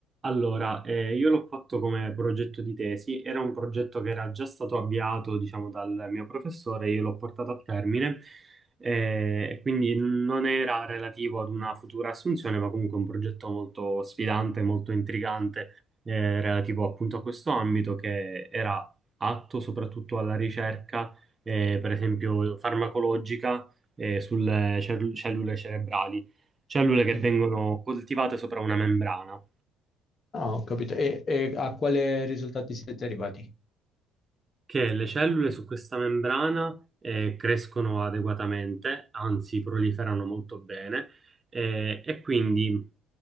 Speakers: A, on the right; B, on the left.
A: Allora, eh, io l'ho fatto come progetto di tesi, era un progetto che era già stato avviato, diciamo, dal mio professore, io l'ho portato a termine, eh, e quindi non era relativo ad una futura assunzione, ma comunque un progetto molto sfidante, molto intrigante, eh, relativo appunto a questo ambito che era atto soprattutto alla ricerca, eh, per esempio, farmacologica, eh, sulle cellu- cellule cerebrali, cellule che
B: Mm.
A: vengono coltivate sopra una membrana.
B: Ah, ho capito. E, e a quale risultati siete arrivati?
A: che le cellule su questa membrana eh, crescono adeguatamente, anzi proliferano molto bene, eh, e quindi